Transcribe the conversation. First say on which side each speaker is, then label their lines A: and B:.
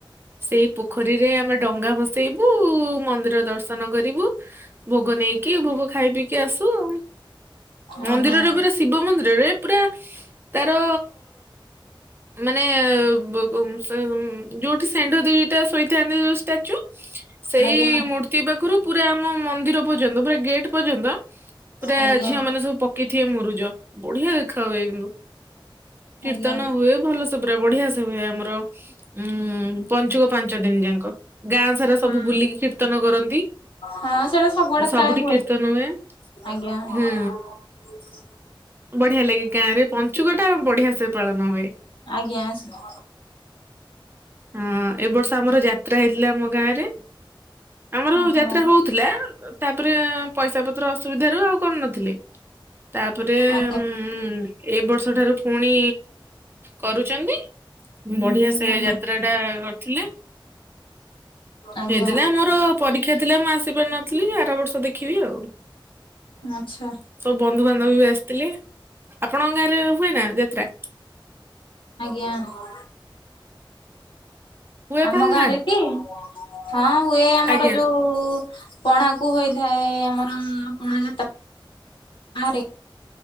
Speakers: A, on the right; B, on the left.
A: ସେଇ ପୋଖରୀରେ ଆମେ ଡଙ୍ଗା ଭସେଇବୁ ମନ୍ଦିର ଦର୍ଶ ନ କରିବୁ ଭୋଗ ନେଇକି ଭୋଗ ଖାଇ ପିଇକି ଆସୁ ଆଉ ମନ୍ଦିରରେ
B: ଓହୋ
A: ପୁରା ଶିବ ମନ୍ଦିରରେ ପୁରା ତାର ମାନେ ବୋ ବୋ ସୋମ ଯୋଉ ସେଣ୍ଢ ଦିଟା ଶୋଇଥାନ୍ତି ଯୋଉ ଷ୍ଟାଚୁ ସେଇ
B: ଆଜ୍ଞା
A: ମୂର୍ତ୍ତ ତି ପାଖରୁ ପୁରା ଆମ ମନ୍ଦିର ପର୍ଯ୍ୟନ୍ତ ପୁରା ଗେଟ୍ ପର୍ଯ୍ୟନ୍ତ ପୁରା
B: ଆଜ୍ଞା
A: ଝିଅ ମାନେ ସବୁ ପ କି ଥିବେ ମୁରୁଜ ବଢିଆ ଦେଖା ହୁଏ କିନ୍ତୁ କୀର୍ତ୍ତନ
B: ଆଜ୍ଞା
A: ହୁଏ ଭଲ ପୁରା ବଢିଆ ସେ ହୁଏ ଆମର ଉ ପଞ୍ଚୁକ ପାଞ୍ଚ ଦିନ ଯାକଁ। ଗାଁ ସାରା
B: ହୁଁ
A: ସବୁ ବୁଲିକି କୀର୍ତ୍ତନ କରନ୍ତି।
B: ହଁ ସେଇଟା ସବୁଆଡେ
A: ସବୁଠି
B: ପ୍ରାୟ
A: କୀର୍ତ୍ତନ ହୁଏ
B: ଆଜ୍ଞା
A: ହୁଁ।
B: <unintelligible>
A: ବଢିଆ ଲାଗେ ଗାଁ ରେ ପଞ୍ଚୁକ ଟା ବଢିଆ ସେ ପାଳନ ହୁଏ।
B: ଆଜ୍ଞା ସ
A: ହଁ ଏ ବର୍ଷ ଆମର ଯାତ୍ରା ହେଇଥିଲା ଆମ ଗାଁ ରେ। ଆମର
B: ଓହୋ
A: ଯାତ୍ରା ହଉଥିଲା ତାପରେ ପଇସା ପତ୍ର ଅସୁବିଧାରୁ ଆଉ କରୁନ ଥିଲେ ତାପରେ
B: ଆଜ୍ଞା
A: ଉଁ ଏଇ ବର୍ଷ ଠାରୁ ପୁଣି କରୁଛନ୍ତି ବଢିଆ ସେ
B: ଆଜ୍ଞା
A: ଯାତ୍ରା ଟା କରିଥିଲେ।
B: ଆଜ୍ଞା
A: ହେଇଥିଲା ମୋର ପରୀକ୍ଷା ଥିଲା ମୁଁ ଆସିପାରିନଥିଲି ଆର ବର୍ଷ ଦେଖିବି ଆଉ।
B: ଆଛା।
A: ସବୁ ବନ୍ଧୁବାନ୍ଧବ ବି ଆସିଥିଲେ ଆପଣଙ୍କ ଗାଁରେ ହୁଏ ନା ଯାତ୍ରା।
B: ଆଜ୍ଞା ହୁ
A: ହୁଏ ଆପଣଙ୍କ
B: ଆମ ଗାଁରେ କି ହଁ ହୁଏ ଆମର
A: ଆଜ୍ଞା
B: ଯୋଉ ପଣା କୁ ହୋଇଥାଏ ଆମର ପଣା ଯାତ ଆରେ।